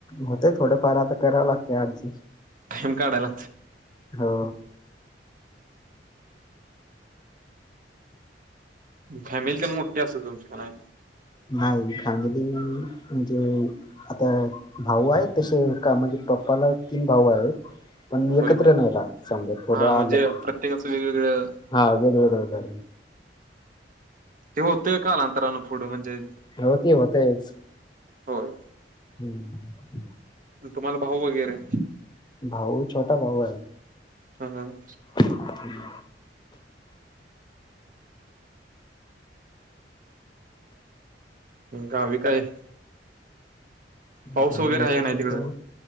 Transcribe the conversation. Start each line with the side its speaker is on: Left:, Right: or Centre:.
Left: होते थोडेफार आता करावं लागते अर्ज
Right: टाइम काढाला
Left: हो.
Right: फॅमिली तर मोठी असेल तुमच्याकडे
Left: नाही फॅमिली म्हणजे आता भाऊ आहे तसे का म्हणजे पप्पाला तीन भाऊ आहेत पण एकत्र
Right: होय काय
Left: नाही राहत समजा थोडं
Right: हा म्हणजे
Left: आलं का
Right: प्रत्येकाचं वेगवेगळं
Left: हा बरबरो
Right: ते होतंय कालांतरानं पुढं म्हणजे
Left: हो ते होतेच
Right: होय
Left: हम
Right: तुम्हाला भाऊ वगैरे
Left: भाऊ छोटा भाऊ आहे
Right: हम्म
Left: हम्म
Right: गवी काय
Left: आणि
Right: पाऊस वगैरे
Left: आता
Right: आहे का
Left: सध्या
Right: नाही तिकडे